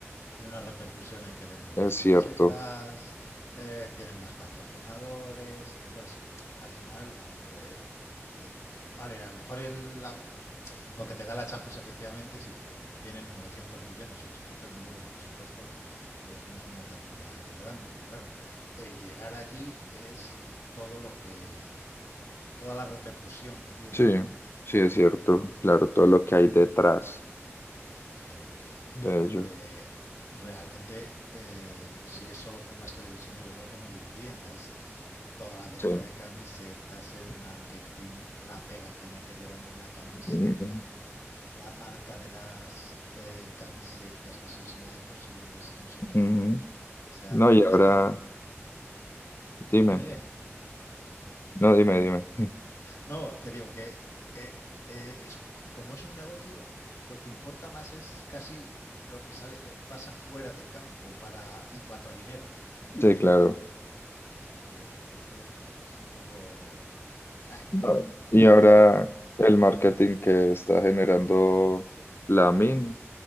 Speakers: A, on the left (about 85°); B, on the left (about 55°).
A: tiene una repercusión en que venden
B: Es
A: más camisetas,
B: cierto.
A: eh, tienen más patrocinadores, entonces al final eh, eh, vale, a lo mejor el- la- lo que te da la Champions efectivamente si tienen 900 millones, 800 millones de presupuesto, pues no es una cantidad grande, pero claro, el llegar allí es todo lo que toda la repercusión que tiene,
B: Sí,
A: ¿no?
B: sí, es cierto. Claro, todo lo que hay detrás
A: Claro, porque
B: de ellos.
A: eh, realmente eh, si es solo por las televisiones yo creo que no vivirían. Es toda la venta
B: Sí.
A: de camisetas, el marketing, la pegatina que llevan en la camiseta,
B: Mm,
A: la marca de las eh, camisetas, que si es Nike o si es no sé
B: ujú.
A: qué. O sea,
B: No, y
A: es
B: ahora,
A: que...
B: dime.
A: Dime, dime.
B: No, dime, dime. <laughs>
A: No, que digo que eh, eh, es, c- como es un negocio, lo que importa más es casi lo que sale, pasa fuera del campo para, en cuanto a dinero. Que decir,
B: Sí, claro.
A: eh, entonces, bueno, es un poco... eh,
B: Ah,
A: eh,
B: Y
A: pero
B: ahora
A: bueno,
B: el marketing que está generando la min